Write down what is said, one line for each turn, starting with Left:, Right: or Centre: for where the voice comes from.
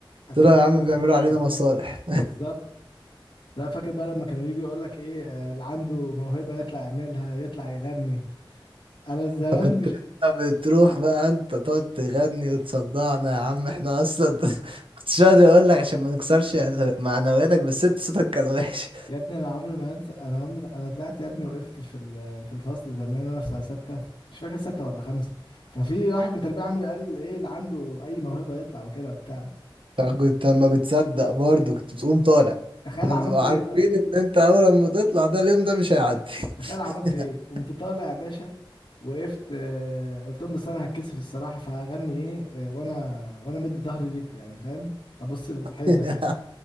Left: اتاريهم
Right: طلعوا يا عم
Left: بيتخرجوا
Right: بيعملوا علينا مصالح
Left: بالظبط لا فاكر بقى لما كانوا يجي يقول لك ايه آه، اللي عنده موهبة يطلع يعملها يطلع يغني انا
Right: <laughs>
Left: زمان
Right: فكنت انت بتروح بقى انت تقعد تغني وتصدعنا يا عم احنا اصلا <laughs> كنتش راضي اقول لك عشان ما نكسرش معنوياتك بس انت صوتك كان وحش
Left: يا ابني انا عمري ما هنسى انا عمري انا طلعت يا ابني وقفت في ال- في الفصل زمان وانا في سنه سته مش فاكر سته ولا خمسه ففي واحد من تربيه عامل قال ايه اللي عنده اي موهبه يطلع وكده وبتاع
Right: <laughs> فكنت اما بتصدق برضه كنت بتقوم طالع
Left: تخيل
Right: احنا
Left: عملت
Right: بنبقى
Left: ايه
Right: عارفين
Left: بقى
Right: ان انت اول ما تطلع ده اليوم ده مش هيعدي
Left: تخيل عملت
Right: <laughs>
Left: ايه قمت طالع يا باشا وقفت آه، قلت لهم بس انا هتكسف الصراحه فهغني ايه آه، وانا وانا مدي ظهري ليكوا يعني فاهم هبص للحيطه
Right: <laughs>
Left: كده